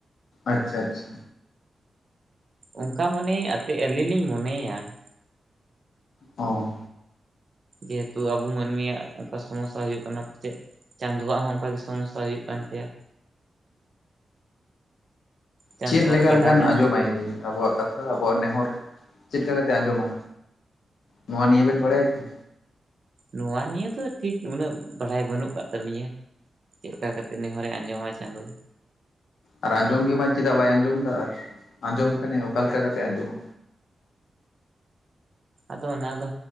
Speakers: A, on the left (about 85°); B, on the right (about 45°).
A: ᱟᱪᱪᱷᱟ ᱟᱪᱪᱷᱟ᱾
B: ᱚᱝᱠᱟ ᱢᱚᱱᱮ ᱟᱛᱮᱫ ᱟᱹᱞᱤᱧ ᱞᱤᱧ ᱢᱚᱱᱮᱭᱟ ᱾
A: ᱚ᱾
B: ᱡᱮᱦᱮᱛᱩ ᱟᱵᱚ ᱢᱟᱹᱱᱢᱤᱭᱟᱜ ᱥᱚᱢᱚᱥᱥᱟ ᱦᱩᱭᱩᱜ ᱠᱟᱱᱟ <inaudible> ᱪᱟᱸᱫᱳᱣᱟᱜ ᱦᱚᱸ ᱚᱝᱠᱟ ᱜᱮ ᱥᱚᱢᱚᱥᱥᱟ ᱦᱩᱭᱩᱜ ᱠᱟᱱ ᱛᱟᱭᱟ ᱾ ᱪᱟᱸᱫᱳᱣᱟᱜ
A: ᱪᱮᱫᱽ ᱞᱮᱠᱟ
B: ᱜᱟᱰᱟ
A: ᱞᱮᱠᱟᱱ
B: ᱨᱮᱭᱟᱜ
A: ᱟᱸᱡᱚᱢᱟᱭ? ᱟᱵᱚᱣᱟᱜ ᱠᱟᱛᱷᱟ, ᱟᱵᱚᱣᱟᱜ ᱱᱮᱦᱚᱨ, ᱪᱮᱫ ᱞᱮᱠᱟ ᱠᱟᱛᱮ ᱟᱸᱡᱚᱢᱟ, ᱱᱚᱣᱟ ᱱᱤᱭᱟᱹ ᱵᱮᱱ ᱵᱟᱲᱟᱭᱟ ᱠᱤ?
B: ᱱᱚᱣᱟ ᱱᱤᱭᱟᱹ ᱫᱚ ᱴᱷᱤᱠ ᱩᱱᱟᱹᱜ ᱵᱟᱲᱟᱭ ᱵᱟᱹᱱᱩᱜ ᱠᱟᱫ ᱛᱟᱹᱞᱤᱧᱟᱹ᱾ ᱪᱮᱫᱽ ᱞᱮᱠᱟ ᱠᱟᱛᱮ ᱱᱮᱦᱚᱨᱮ ᱟᱸᱡᱚᱢᱟ ᱪᱟᱸᱫᱩ᱾
A: ᱟᱨ ᱟᱸᱡᱚᱢ ᱜᱮᱢᱟ ᱪᱮᱫᱟᱜ ᱵᱟᱭ ᱟᱸᱡᱚᱢᱫᱟ, ᱟᱨ ᱟᱸᱡᱚᱢ ᱠᱷᱟᱱᱮ ᱚᱠᱟ ᱞᱮᱠᱟ ᱠᱟᱛᱮ ᱟᱸᱡᱚᱢᱟ?
B: ᱟᱫᱚ ᱚᱱᱟ ᱫᱚ